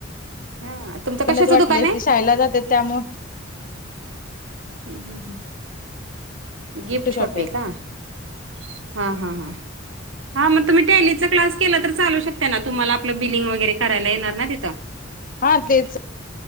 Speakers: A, on the right; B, on the left.
A: हा तुमचं कशाचं
B: मच वाटलीस
A: दुकान आहे
B: ती शाळेला जात्यात त्यामुळ
A: हं हं हं गिफ्ट
B: शॉप
A: शॉपी
B: आहेत
A: आहे का हा हा हा हां मग तुम्ही टेलीचा क्लास केलं तर चालू शकता ना तुम्हाला आपलं बिलिंग वगैरे करायला येणार ना तिथं
B: हा तेच